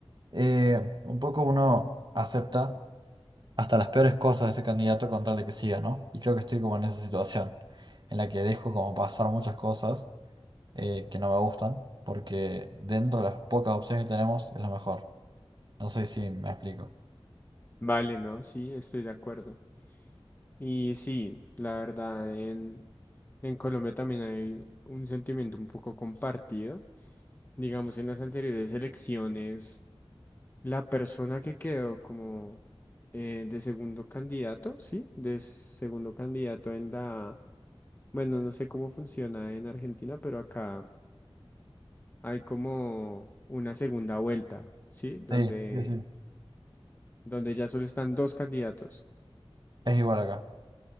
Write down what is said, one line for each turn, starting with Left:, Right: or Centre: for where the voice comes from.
Right: eh, un poco uno acepta hasta las peores cosas de ese candidato con tal de que siga, ¿no? Y creo que estoy como en esa situación, en la que dejo como pasar muchas cosas eh, que no me gustan, porque dentro de las pocas opciones que tenemos es la mejor. No sé si me explico.
Left: Vale, no, sí, estoy de acuerdo. Y sí, la verdad, en, en Colombia también hay un sentimiento un poco compartido. digamos, en las anteriores elecciones, la persona que quedó como eh, de segundo candidato, ¿sí? De segundo candidato en la, bueno, no sé cómo funciona en Argentina, pero acá hay como una segunda vuelta, ¿sí? Donde,
Right: Sí, sí, sí.
Left: donde ya solo están dos candidatos.
Right: Es igual acá.